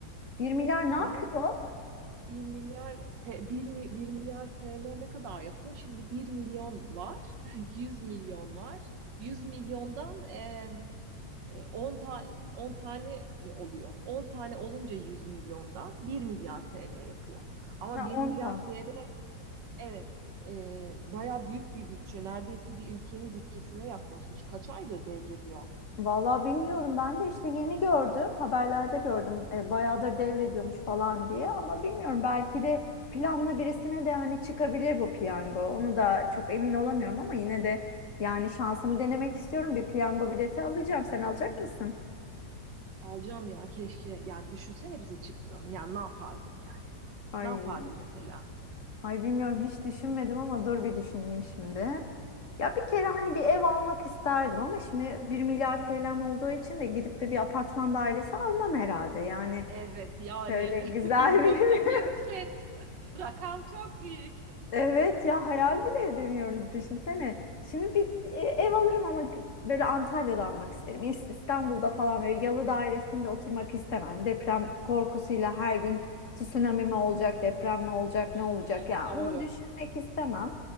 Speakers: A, on the left (about 50°); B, on the right (about 80°).
A: bir milyar ne yapıyor?
B: Ya bir milyar te, 1, mi- 1 milyar TL ne kadar yapıyor? Şimdi bir milyon var. <laughs> yüz milyon var. 100 milyondan em, e, 10 ta 10 tane mi oluyor? 10 tane olunca 100 milyondan bir milyar TL yapıyor. Ama
A: Ha,
B: bir milyar
A: 10 tane.
B: TL evet e, baya büyük bir bütçe. Neredeyse bir ülkenin bütçesine yaklaşmış. Kaç aydır devrediyor?
A: Vallahi bilmiyorum ben de işte yeni gördüm haberlerde gördüm e, bayağıdır devrediyormuş falan diye ama bilmiyorum belki de planlı birisine de hani çıkabilir bu piyango onu da çok emin olamıyorum ama yine de yani şansımı denemek istiyorum bir piyango bileti alacağım sen alacak mısın?
B: Alacağım ya keşke yani düşünsene bize çıktığını yani ne yapardık yani?
A: Ay,
B: Ne yapardım mesela?
A: ay bilmiyorum hiç düşünmedim ama dur bir düşüneyim şimdi. Ya bir kere hani bir ev almak isterdim ama şimdi bir milyar TL'm olduğu için de gidip de bir apartman dairesi almam herhalde yani.
B: Evet yani
A: Şöyle güzel
B: <laughs> vizyonunu
A: bir <laughs>
B: genişlet. <laughs> Rakam çok büyük.
A: Evet ya hayal bile edemiyoruz düşünsene. Şimdi bir e, ev alırım ama böyle Antalya'da almak isterim. İs- İstanbul'da falan böyle yalı dairesinde oturmak istemem. Deprem korkusuyla her gün tsunami mi olacak, deprem mi olacak,
B: Hmm,
A: ne olacak ya
B: doğru.
A: onu düşünmek istemem.